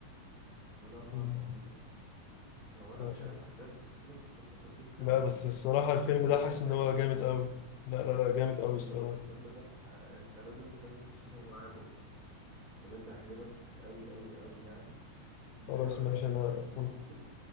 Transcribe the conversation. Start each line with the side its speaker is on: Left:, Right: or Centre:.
Right: ولمع
Left: مم.
Right: الموضوع هو انا
Left: لا
Right: مش عارف احكي لك تفاصيلك التفاصيل كامله
Left: لا، بس الصراحة الفيلم
Right: بس الفيلم
Left: ده حاسس ان
Right: ده
Left: هو جامد قوي لا لا لا جامد قوي
Right: بالظبط
Left: الصراحة
Right: الفيلم ده انت لازم تنزل تشوفه معايا بكره بجد هيعجبك قوي قوي قوي يعني انت
Left: خلاص
Right: ايه رايك
Left: ماشي
Right: ننزل
Left: انا
Right: نشوفه بكره